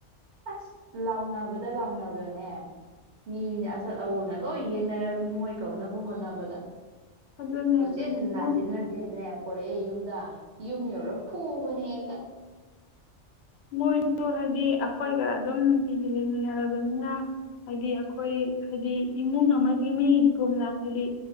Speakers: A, on the right; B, on the left.
A: ꯑꯁ ꯂꯥꯎꯅꯕꯗ ꯂꯥꯎꯅꯕꯅꯦ ꯃꯤ ꯑꯆꯠ ꯑꯋꯣꯡꯅ ꯂꯣꯏ ꯌꯦꯡꯅꯔꯕꯅꯤ ꯃꯣꯏ ꯀꯧꯅꯕ ꯍꯣꯠꯅꯕꯗ
B: ꯑꯗꯨꯅꯦ
A: ꯄꯁꯦ
B: ꯑꯗꯨꯅꯤ
A: ꯅꯅꯥ
B: ꯃꯣꯏ
A: ꯁꯤ ꯍꯣꯔꯛꯑꯦ ꯌꯨꯝꯗ ꯌꯨꯝ ꯌꯧꯔ ꯐꯨꯕꯅꯦ ꯍꯦꯛꯇ
B: ꯃꯣꯏꯁꯨ ꯍꯥꯏꯗꯤ ꯑꯩꯈꯣꯏꯒ ꯑꯗꯨꯝ ꯅꯨꯡꯇꯤꯒꯤ ꯂꯩꯃꯤꯟꯅꯔꯕꯅꯤꯅ ꯍꯥꯏꯗꯤ ꯑꯩꯈꯣꯏ ꯍꯥꯏꯗꯤ ꯏꯃꯨꯡ ꯑꯃꯒꯤ ꯃꯤꯒꯨꯝꯅ ꯍꯥꯏꯗꯤ